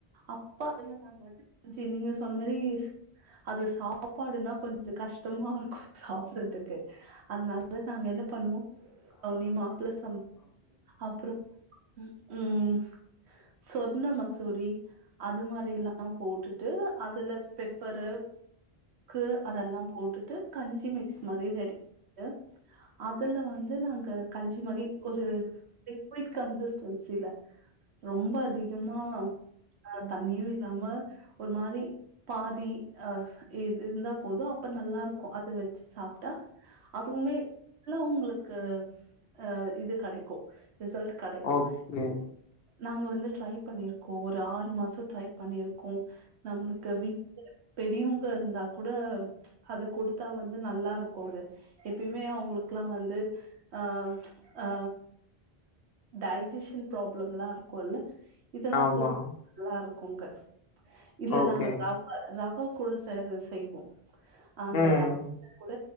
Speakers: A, on the right (about 85°); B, on the left (about 65°).
A: அப்பா அதுல நாங்க வந்துச நீங்க சொன்ன மாரி அது சாப்பாடுன்னா கொஞ்சோ கஷ்டமா இருக்கும் சாப்டறதுக்கு அதனால நாங்க என்ன பண்ணுவோம் அவ நீ மாப்பிள்ள சம் அப்ரோ உம் ம் சொர்ண மசூரி அது மாரிலா போட்டுட்டு அதுல பே பரு கு அதெல்லாம் போட்டுட்டு கஞ்சி மிக்ஸ் மாரி ரெடி டு அதுல வந்து நாங்க கஞ்சி மாரி ஒரு குயிக் கன்சிஸ்டன்சில ரொம்ப அதிகமா ஆ தண்ணியும் இல்லாம ஒரு மாரி பாதி ஆ இருந்தா போதும் அப்ப நல்லா இருக்கும் அத வச்சு சாப்ட்டா அதுவுமே லு உங்களுக்கு ஆ இது கடைக்கும் ரிசல்ட் கெடைக்கும்.
B: ஓகே
A: நாங்க வந்து ட்ரை பண்ணிருக்கோம் ஒரு ஆறு மாசோ ட்ரை பண்ணிருக்கோம் நம்மளுக்கு வீட்டு பெரியவங்க இருந்தா கூட அது கொடுத்தா வந்து நல்லா இருக்கும் அது எப்பயுமே அவங்களுளுக்குல்லாம் வந்து அ ஆ டய்ஜஷ டின் ப்ராப்ளம்லா இருக்குல்ல இதெல்லா
B: ஆமா.
A: கொடு <inaudible> நல்லாருக்கு அங்க இதுல
B: ஓகே.
A: நாங்க ரவ ரவ கூட சே <unintelligible> செய்வோ அந்த
B: ம்.
A: ரவ கூட